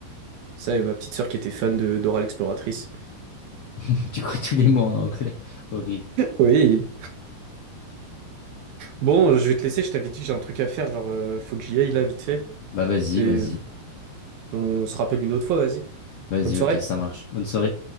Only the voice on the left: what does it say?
<laughs> Du coup, tous les mots en anglais. Horrible.
Bah, vas-y,
vas-y.
Vas-y,
ok, ça marche. Bonne soirée.